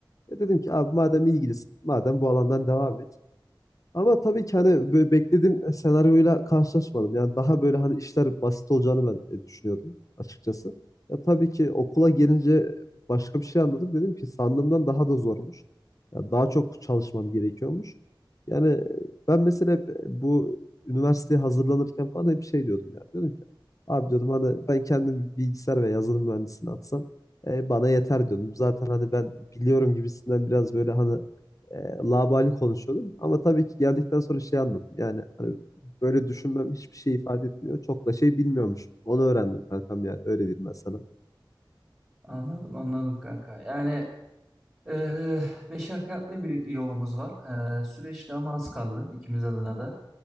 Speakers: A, on the left; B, on the right.
A: Ya dedim ki abi madem ilgilisin, madem bu alandan devam et. Ama tabii ki hani böyle beklediğim senaryoyla karşılaşmadım. Yani daha böyle hani işler basit olacağını ben e, düşünüyordum açıkçası. Ya tabii ki okula gelince başka bir şey anladım. Dedim ki sandığımdan daha da zormuş. Ya daha çok çalışmam gerekiyormuş. Yani e, ben mesela hep e, bu üniversiteye hazırlanırken falan hep şey diyordum yani. Diyordum ki abi diyordum hani ben kendimi bilgisayar ve yazılım mühendisliğine atsam e, bana yeter diyordum. Zaten hani ben biliyorum gibisinden biraz böyle hani e, laubali konuşuyordum. Ama tabii ki geldikten sonra şey anladım. Yani hani böyle düşünmem hiçbir şey ifade etmiyor. Çok da şey bilmiyormuşum. Onu öğrendim kankam yani. Öyle diyeyim ben sana.
B: Anladım, anladım kanka. Yani Ee, meşakkatli bir yolumuz var. Ee, süreçte ama az kaldı ikimiz adına da.